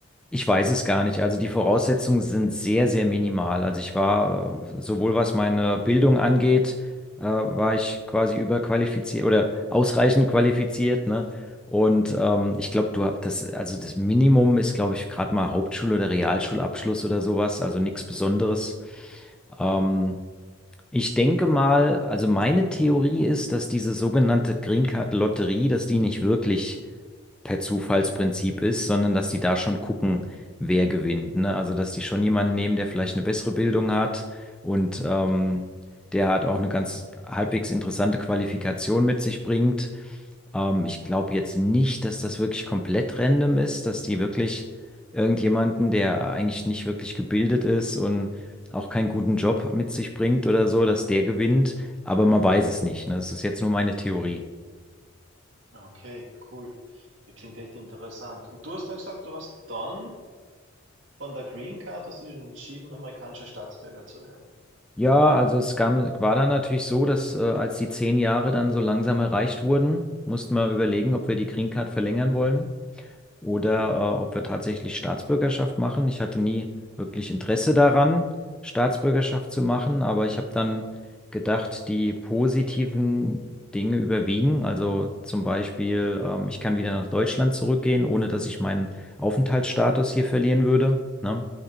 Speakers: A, in the centre; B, on the right.
A: Ich weiß es gar nicht. Also, die Voraussetzungen sind sehr, sehr minimal. Also, ich war, äh, sowohl was meine Bildung angeht, äh, war ich quasi überqualifiziert oder ausreichend qualifiziert, ne? Und ähm, ich glaube, du hast das, also das Minimum ist, glaube ich, gerade mal Hauptschul- oder Realschulabschluss oder sowas, also nichts Besonderes. Ähm, ich denke mal, also meine Theorie ist, dass diese sogenannte Green Card Lotterie, dass die nicht wirklich per Zufallsprinzip ist, sondern dass die da schon gucken, wer gewinnt. Ne? Also, dass die schon jemanden nehmen, der vielleicht eine bessere Bildung hat und ähm, der hat auch eine ganz halbwegs interessante Qualifikation mit sich bringt. Ähm, ich glaube jetzt nicht, dass das wirklich komplett random ist, dass die wirklich irgendjemanden, der eigentlich nicht wirklich gebildet ist und auch keinen guten Job mit sich bringt oder so, dass der gewinnt. Aber man weiß es nicht. Ne? Das ist jetzt nur meine Theorie.
B: Okay, cool. Das klingt echt interessant. Und du hast dann gesagt, du hast dann Von der Green Card hast du dich entschieden, amerikanischer Staatsbürger zu werden.
A: Ja, also es gab, war dann natürlich so, dass äh, als die zehn Jahre dann so langsam erreicht wurden, mussten wir überlegen, ob wir die Green Card verlängern wollen oder äh, ob wir tatsächlich Staatsbürgerschaft machen. Ich hatte nie wirklich Interesse daran, Staatsbürgerschaft zu machen, aber ich habe dann gedacht, die positiven Dinge überwiegen. Also zum Beispiel, ähm, ich kann wieder nach Deutschland zurückgehen, ohne dass ich meinen Aufenthaltsstatus hier verlieren würde, ne?